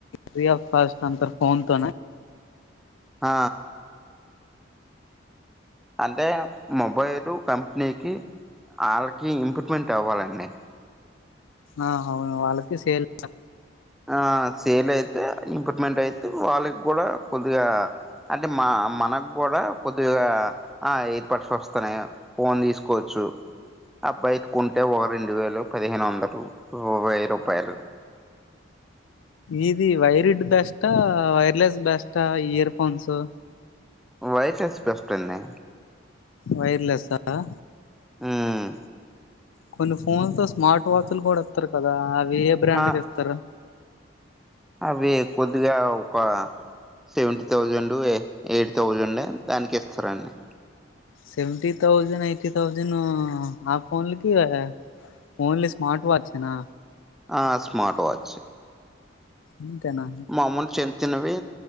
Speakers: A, on the left (about 80°); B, in the centre.
A: ఫ్రీ ఆఫ్ కాస్ట్ అంతర్ ఫోన్ తోన
B: అ అంటే మొబైలు కంపెనీకి ఆళ్ళకి ఇంప్రూవ్మెంట్ అవ్వాలండి
A: అ హవును వాళ్ళకి సేల్
B: ఆ సేల్ అయితే ఇంప్రూవ్మెంట్ అయితే వాళ్ళగ్గూడా కొద్దిగా అంటే మా మనగ్గూడా కొద్దిగాఆ ఎయిర్పాట్స్ ఒస్తున్నయ ఫోన్ తీసుకోచ్చు అ బయట్ కుంటె ఓ రెండు వేలు పదిహేనోందలు ఓ వెయ్యి రూపాయలు
A: ఈది వైర్డ్ బెస్టా వైర్లెస్ బెస్టా ఇయర్ ఫోన్సు
B: వైటెస్ బెస్టండి
A: వైర్లెస్సా అ
B: ఊమ్
A: కొన్ని ఫోన్స్ తొ స్మార్ట్ వాచ్లు గూడ్ ఇత్తరు కదా అవే బ్రాండ్
B: ఆ
A: కిస్తరు
B: అవి కొద్దిగా ఒక సెవెంటీ థౌజండు ఎ ఎయిట్ థౌజండ్ దానికిస్తరండి
A: సెవెంటీ థౌజన్ ఎయిటీ థౌజనూ ఆ ఫోన్లకివా ఓన్లీ స్మార్ట్ వాచ్ ఎనా
B: ఆ స్మార్ట్ వాచ్
A: ఇంతేనా
B: మామ్ముల్ చిన్ చిన్నవి